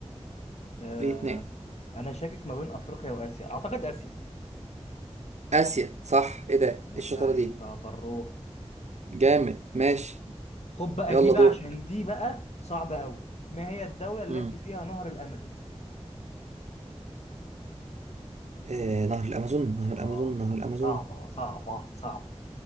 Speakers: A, on the left (about 75°); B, on the right (about 85°).
A: آه.
B: فيتنام
A: انا شاكك ما بين افريقيا واسيا اعتقد اسيا
B: اسيا صح ايه ده
A: يا
B: إيه
A: ابن اللعيبه
B: الشطاره دي
A: يا طروق
B: جامد ماشي
A: خد بقى
B: يلا
A: دي بقى
B: دورك
A: عشان دي بقى صعبه قوي ما هي الدوله التي
B: امم
A: فيها نهر الامازون
B: آه نهر الامازون نهر الامازون
A: اه
B: نهر الامازون
A: صعبه صعبه صعبه